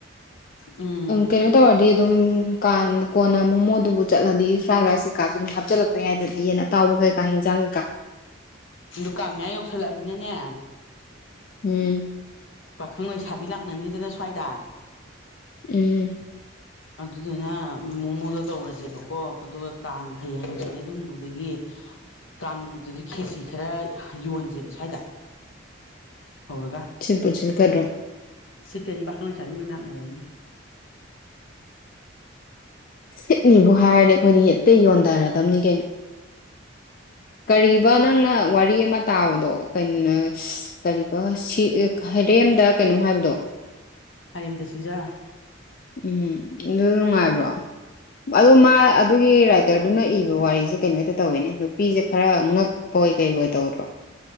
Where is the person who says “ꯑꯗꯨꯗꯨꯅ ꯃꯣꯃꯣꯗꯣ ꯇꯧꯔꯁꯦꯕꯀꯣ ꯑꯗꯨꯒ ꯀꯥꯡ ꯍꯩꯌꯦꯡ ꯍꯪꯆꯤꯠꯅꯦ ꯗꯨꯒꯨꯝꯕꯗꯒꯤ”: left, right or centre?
Left